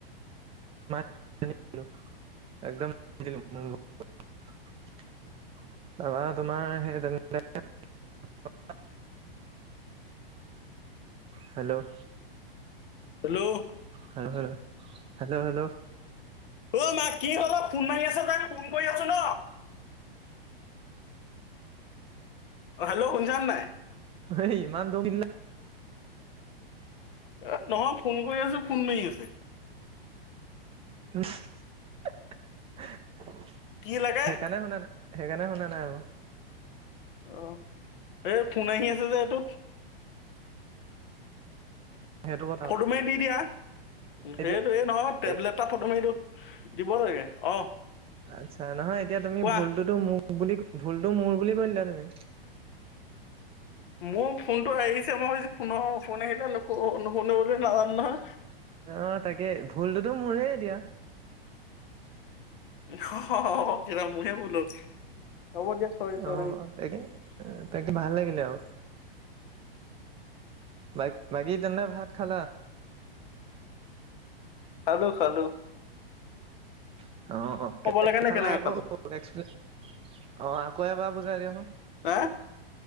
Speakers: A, on the right; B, on the left.
A: <unintelligible> একদম <unintelligible> তাৰপৰা তোমাৰ <unintelligible> hello
B: hello
A: hello hello, hello hello
B: অ' মা, কি হ'ল অ', ফোন মাৰি আছে যে, ফোন কৰি আছো ন। হেল্ল', শুনিছানে নাই?
A: হে, ইমান দম দিলা
B: এ নহয়, ফোন কৰি আছোঁ, ফোন মাৰি আছে।
A: সেইকাৰণে
B: কি লাগে
A: শুনা নাই সেইকাৰণে শুনা নাই আকৌ।
B: অ', এই ফোন আহি আছে যে এইটোত।
A: সেইটো কথা
B: ফটো মাৰি দি দিয়া,
A: এতিয়া
B: সেইটোৱে, নহয় টেবলেট
A: এ
B: এটা ফটো মাৰি দি দিব লাগে, অ'।
A: আচ্ছা, নহয় এতিয়া তুমি
B: কোৱা
A: ভুলতোতো মোৰ বুলি, ভুলটো মোৰ বুলি কৈ দিলা তুমি।
B: মোৰ ফোনটো আহিছে, মই ভাৱিছোঁ, ফোন-ফোন আহিলে নুশুনে বুলি নাজানো নহয়।
A: অ' তাকে, ভুলটোতো মোৰে এতিয়া।
B: এতিয়া মোৰহে ভুল হ'ল। হ'ব দিয়া চৰি চৰি
A: অ' তাকে, তাকে ভাল লাগিলে আৰু। বাক-বাকী তেন্তে ভাত খালা?
B: খালোঁ খালোঁ।
A: অ' অ'
B: লাগে নে কেনেকে
A: <unintelligible>
B: খালো
A: অ', আকৌ এবাৰ বুজাই দিয়াচোন।
B: হা